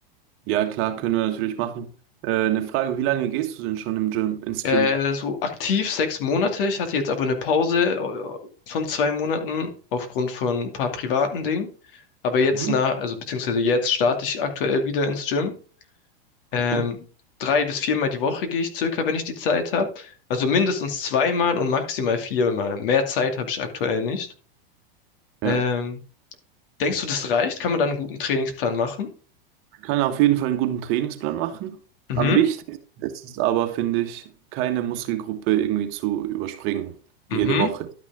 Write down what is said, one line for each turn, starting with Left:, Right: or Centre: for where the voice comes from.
Right: Ja, klar, können wir natürlich machen. Äh, eine Frage, wie lange gehst du denn schon im Gym, ins
Left: Äh,
Right: Gym?
Left: so aktiv sechs Monate. Ich hatte jetzt aber eine Pause äh, von zwei Monaten aufgrund von ein paar privaten Dingen. Aber jetzt
Right: Mhm.
Left: nach, also beziehungsweise jetzt starte ich aktuell wieder ins Gym. Ähm,
Right: Okay.
Left: drei bis viermal die Woche gehe ich circa, wenn ich die Zeit habe. Also mindestens zweimal und maximal viermal. Mehr Zeit habe ich aktuell nicht.
Right: Ja.
Left: Ähm, denkst du, das reicht? Kann man dann einen guten Trainingsplan machen?
Right: Man kann auf jeden Fall einen guten Trainingsplan machen.
Left: Mhm,
Right: Am wichtigsten ist es aber, finde ich, keine Muskelgruppe irgendwie zu überspringen. Jede
Left: mhm,
Right: Woche.